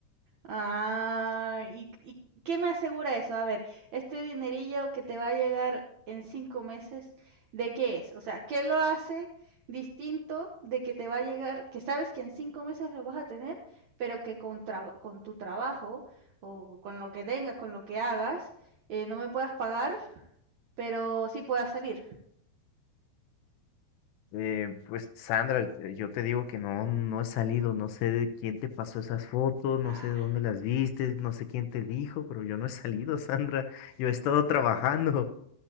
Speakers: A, on the right; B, on the left.
A: Ah, ¿y, y qué me asegura eso? A ver, este dinerillo que te va a llegar en cinco meses, ¿de qué es? O sea, ¿qué lo hace distinto de que te va a llegar, que sabes que en cinco meses lo vas a tener, pero que con, tra- con tu trabajo o con lo que tengas, con lo que hagas, eh, no me puedas pagar, pero sí puedas salir?
B: Eh, pues Sandra, eh, yo te digo que no, no he salido, no sé de quién te pasó esas fotos, no
A: Ah,
B: sé de dónde las viste, no sé quién te dijo, pero yo no he salido, <laughs> Sandra. Yo he estado trabajando,